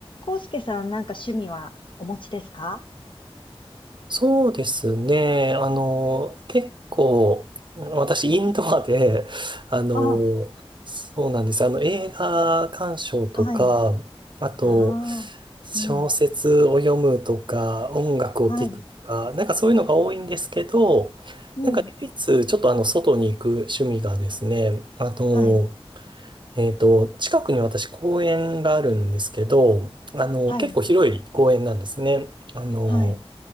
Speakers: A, on the left; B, on the right.
A: 康介さん、なんか趣味はお持ちですか
B: そうですね。あの、結構、私、
A: はい。
B: インドアで、<laughs> あの、
A: あ
B: そうなんです。あの、映画鑑賞とか、
A: あ、はい。
B: あと、
A: ああ、
B: 小説を読むとか、
A: うん。
B: 音楽を聴くとか、
A: はい。
B: なんかそういうのが多いんですけど、
A: うん。
B: なんか唯一、ちょっとあの、外に行く趣味がですね、あの、
A: はい。
B: えっと、近くに私公園があるんですけど、あの、
A: はい。
B: 結構広い公園なんですね。あの、
A: はい。